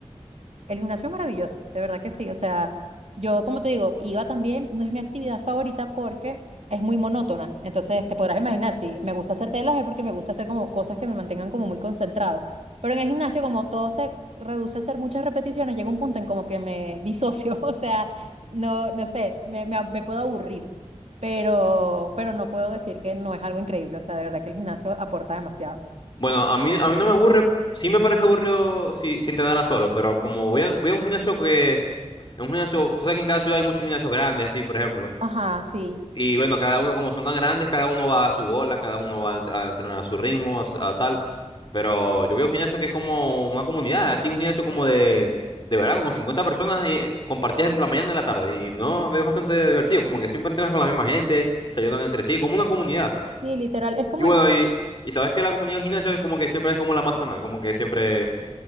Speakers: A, on the right; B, on the left.
A: El gimnasio es maravilloso, de verdad que sí. O sea, yo, como te digo, iba también, no es mi actividad favorita porque es muy monótona. Entonces, te podrás imaginar, si me gusta hacer telas es porque me gusta hacer como cosas que me mantengan como muy concentrado. Pero en el gimnasio, como todo se reduce a hacer muchas repeticiones, llega un punto en como que me disocio. <laughs> O sea, no, no sé, me, me, me puedo aburrir. Pero, pero no puedo decir que no es algo increíble. O sea, de verdad que el gimnasio aporta demasiado.
B: Bueno, a mí, a mí no me aburre, sí me parece aburrido si, si entrenara solo, pero como voy a, voy a un gimnasio que, en un gimnasio, tú sabes que en cada ciudad hay muchos gimnasios grandes, así, por ejemplo.
A: Ajá, sí.
B: Y bueno, cada uno, como son tan grandes, cada uno va a su bola, cada uno va a a entrenar a su ritmo, a, s- a tal. Pero yo veo un gimnasio que es como una comunidad, así un gimnasio como de, de verdad, como 50 personas eh, compartidas entre la mañana y la tarde. Y no, es bastante divertido, como que siempre entrenas con la misma gente, se ayudan entre sí, como una comunidad.
A: Sí, literal. Es como
B: Y bueno,
A: el
B: y, y sabes que la comunidad del gimnasio es como que siempre es como la más sana, como que siempre